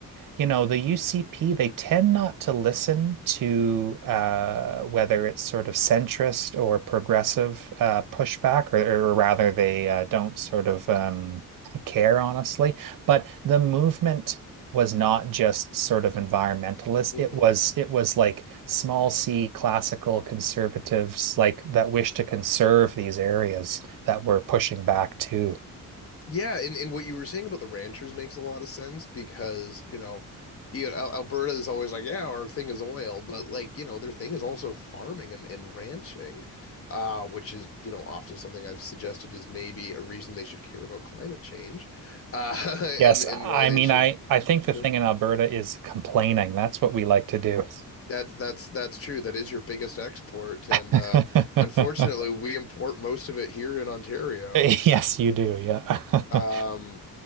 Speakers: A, on the right; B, on the left.
A: you know, the UCP, they tend not to listen to uh, whether it's sort of centrist or progressive uh, pushback, or, or rather, they uh, don't sort of um, care, honestly. But the movement was not just sort of environmentalist.
B: Mhm.
A: It was it was like small C classical conservatives like that wish to conserve these areas that were pushing back too.
B: Yeah, and, and what you were saying about the ranchers makes a lot of sense because, you know, you know, Al- Alberta is always like, yeah, our thing is oil, but like, you know, their thing is also farming and, and ranching, uh, which is, you know, often something I've suggested is maybe a reason they should care about climate change, uh, <laughs>
A: Yes,
B: and and
A: I
B: why they
A: mean,
B: should,
A: I I think the
B: you
A: thing
B: know,
A: in Alberta is complaining. That's what we like to do.
B: that's that's that's true. That is your biggest export, and
A: <laughs>
B: uh, unfortunately, we import most of it here in Ontario.
A: Yes, you do. Yeah. <laughs>
B: Um,